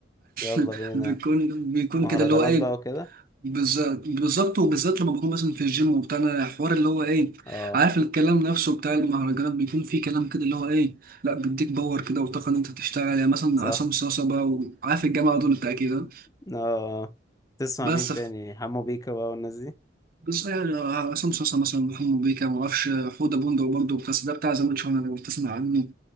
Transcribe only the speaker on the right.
<laughs>
بيكون بيكون
كده اللي هو ايه
بالظبط بالظبط وبالذات لما بكون مثلا في الجيم وبتاع أنا الحوار اللي هو ايه
عارف الكلام نفسه بتاع المهرجانات بيكون فيه كلام كده اللي هو ايه لا بيديك باور كده وطاقه ان انت تشتغل يعني مثلا
عصام صاصا بقى وعارف الجامعه دول بتاع كده
بس
بس يعني عصام صاصا مثلا محمد بيكا ما اعرفش حوده بندق برضه بس ده بتاع زمان شهر لو بتسمع عنه